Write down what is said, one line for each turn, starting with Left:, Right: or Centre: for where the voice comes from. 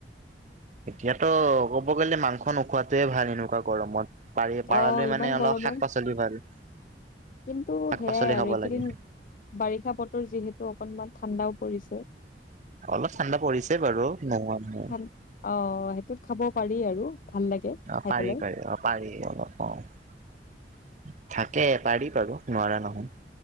Right: এতিয়াতো ক'ব গ'লে মাংস নোখোৱাতোৱে ভাল এনেকুৱা গৰমত। পাৰি পাৰালৈ
Left: অ ইমান
Right: মানে অলপ
Left: গৰমত
Right: শাক পাচলি ভাল
Left: কিন্তু
Right: শাক
Left: সেয়াই
Right: পাচলি
Left: আৰু
Right: খাব
Left: এইকেইদিন
Right: লাগে।
Left: বাৰিষা বতৰ যিহেতু অকনমান ঠাণ্ডাও পৰিছে।
Right: অলপ ঠাণ্ডা পৰিছে বাৰু নোহোৱা নহয়।
Left: ঠান অ', সেইটোত খাব পাৰি আৰু ভাল লাগে।
Right: অ',
Left: খাই
Right: পাৰি,
Left: পেলাই
Right: পাৰি অ'। পাৰি অলপ অ'। থাকে পাৰি বাৰু নোৱাৰা নহয়।